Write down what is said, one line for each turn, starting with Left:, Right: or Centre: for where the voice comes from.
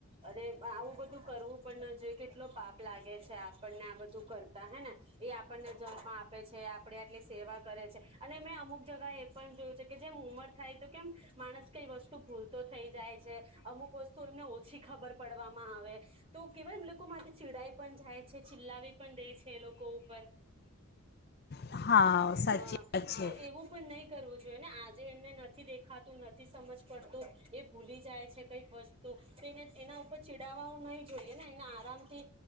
Right: અને આવું બધું કરવું પણ ન જોઈ કેટલો પાપ લાગે છે આપણને આ બધું કરતા હે ને. એ આપણને જન્મ આપે છે આપડે આટલી સેવા કરે છે અને મેં અમુક જગા એવી પણ જોયું છે કે જેમ ઉંમર થાય તો કેમ માણસ કઈ વસ્તુ ભૂલ તો થઈ જાય છે. અમુક વસ્તુ એમને ઓછી ખબર પ પડવામાં આવે તો કેવાય એમ લોકો માટે ચીડાઈ પણ જાય છે ચિલ્લાવી પણ દે છે એ લોકો ઉપર.
Left: હા સાચી
Right: હા
Left: વાત છે
Right: તો એવું પણ નહી કરવું જોઈએ ને આજે એમને નથી દેખાતું નથી સમજ એ ભૂલી જાય છે કઈક વસ્તુ તેને એના ઉપર ચીડાવવુ નહી જોય. એને આરામ થી